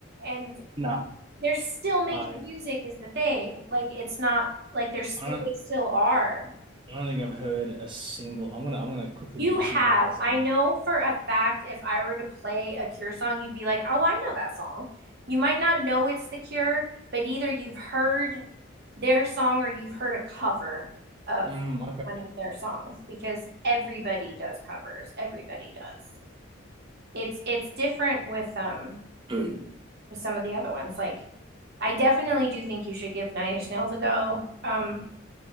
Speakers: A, on the right; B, on the right.
A: and
B: Nah,
A: they're still making
B: I,
A: music is the thing. Like it's not like they're st
B: I don't,
A: they still are.
B: I don't think I've heard a single. I'm gonna, I'm gonna quickly
A: You
B: listen
A: have,
B: to one of the songs.
A: I know for a fact if I were to play a Cure song, you'd be like, "Oh, I know that song." You might not know it's The Cure, but either you've heard their song or you've heard a cover of
B: Mm,
A: one of their songs because everybody does covers. Everybody does. It's it's different with um
B: okay.
A: with some of the other ones. Like I definitely do think you should give Nine Inch Nails a go. Um